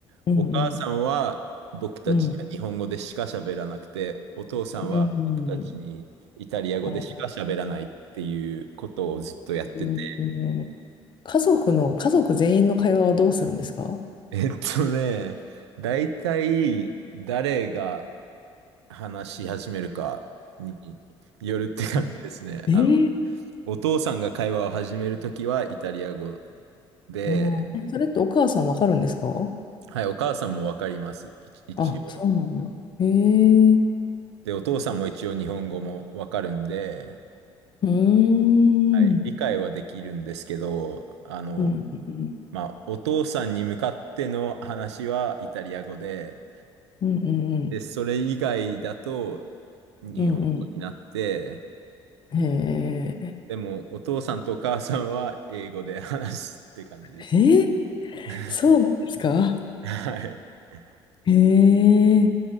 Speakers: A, on the left (about 30°); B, on the right (about 75°).
A: うんうん
B: お母さんは僕たちには日本語でしか喋らなくて、
A: うん
B: お父さんは僕たちにイタリア語でしか喋らないっていうことをずっとやってて、
A: うんあーえー家族の家族全員の会話はどうするんですか
B: えっとね、大体誰が、話し始めるかによるって感じですね。
A: ええー
B: あの、お父さんが会話を始めるときはイタリア語で、
A: うんえそれってお母さんわかるんですか
B: はい、お母さんもわかります。一一応。
A: あ、そうなんだ。へえう
B: で、お父さんも一応日本語もわかるんで、
A: ーん
B: はい、理解はできるんですけど、あの、
A: うんうん
B: まあ、お父さんに向かっての話はイタリア語で、
A: うんうん
B: で、それ以外だと日本語になって、
A: うんうんうんへ
B: でも、お父さんとお母さんは英語で話すって感じです。
A: えへえ
B: <laughs>
A: そうなんですか
B: はい。<laughs>
A: へえ